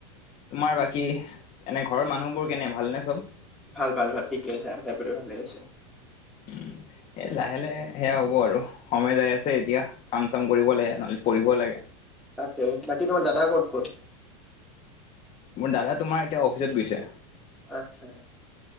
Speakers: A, on the left; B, in the centre.
A: তোমাৰ বাকী এনে ঘৰৰ মানুহবোৰ কেনে ভালনে চব?
B: ভাল ভাল ভাল ঠিকে আছে <unintelligible> ভালে আছে।
A: উম, এ লাহে লাহে সেয়া হ'ব আৰু। সময় যাই আছে এতিয়া কাম চাম কৰিব লাগে নহ'লে পঢ়িব লাগে।
B: তাকে বাকী তোমাৰ দাদা ক'ত ক'ত?
A: মোৰ দাদা তোমাৰ এতিয়া অফিচত গৈছে।
B: আত্চ্ছা।